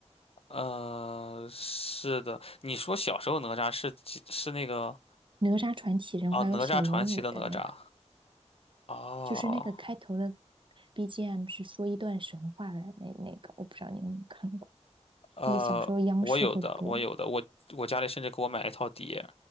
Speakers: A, on the left; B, on the right.
A: 呃，是的，你说小时候哪吒是是那个。
B: 哪吒传奇人物，
A: 哦，
B: 还有小龙女的那个，
A: 哪吒传奇的哪吒。哦，
B: 就是那个开头的 BGM 是说一段神话的那那个，我不知道你有没有看过。
A: 呃，
B: 那个小时候央视会播。
A: 我有的，我有的，我我家里甚至给我买了一套碟，